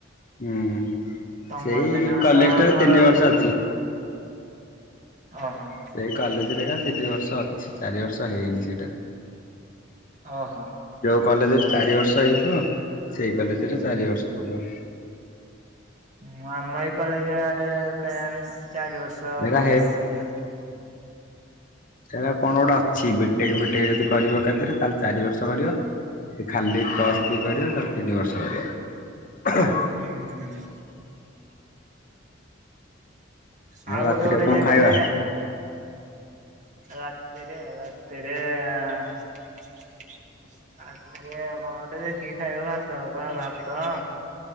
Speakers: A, on the left; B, on the right.
A: ହୁଁ
B: ତମର
A: ସେଇ
B: ତିନି ବର୍ଷ
A: କଲେଜ
B: ଆମର
A: ଟାାରେ ତିନି ବର୍ଷ ଅଛି।
B: ଓହୋ
A: ସେଇ କଲେଜ ରେ ଏରାତ ତି ଦି ବର୍ଷ ଅଛି ଚାରି ବର୍ଷ ହେଇନି ସେଇଟା।
B: ଓହୋ।
A: କଲେଜରେ ଚାରି ବର୍ଷ ହେଇଥିବ। ସେଇ କଲେଜ
B: ହୁଁ।
A: ରେ ଚାରି ବର୍ଷ ପଡିବ।
B: ଉଁ ଆମ ଏଇ କଲେଜ୍ ଆଡେ କେଇଆଣି। ଚାରି ବର୍ଷ
A: ହେରା
B: ବରସନ ଦେବେ।
A: ସେଇଟା କଣ ଗୋଟେ ଅଛି ବେ ଦେଖ ବିଟେକ ଯଦି କରିବ ଏକାଥିରେ ତାହେଲେ ଚାରି ବର୍ଷ କରିବ ଯଦ ଖାଲି ପ୍ଲସ୍ ଥ୍ରି କରିବେ ତାହାଲେ ତିନି ବର୍ଷ ରହିବ।
B: ହୁଁ ଆଉ
A: ରାତିରେ
B: ଗୋଟେ ଗୋଟେ
A: କଣ
B: ଜାଗାରେ
A: ଖାଇବା?
B: ରାତିରେ ରାତିରେ ରାତିରେ କଣ ଗଟେ ଦେଖିକି ଖାଇବ ଭାତ କ ଭାତ